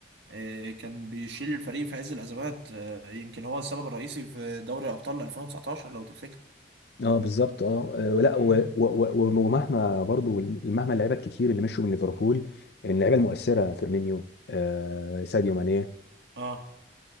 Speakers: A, on the right (about 75°); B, on the left (about 60°).
A: آه، كان بيشيل الفريق في عز الأزمات آه، يمكن هو السبب الرئيسي في دوري أبطال 2019 لو تفتكر
B: اه بالظبط اه آه، لا
A: مم.
B: و- و- و- ومهما برضو مهما اللعيبه الكتير اللي مشوا من ليفربول اللعيبه المؤثره فيرمينيو آه ساديو ماني آه
A: اه